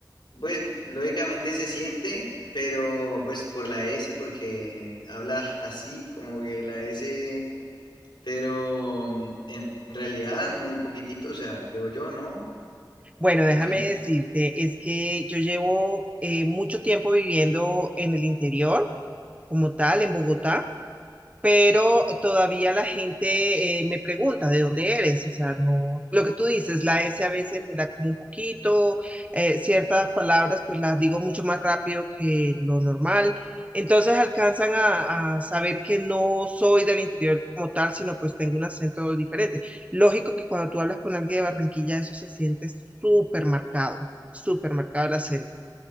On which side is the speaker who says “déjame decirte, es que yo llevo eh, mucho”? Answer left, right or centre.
Right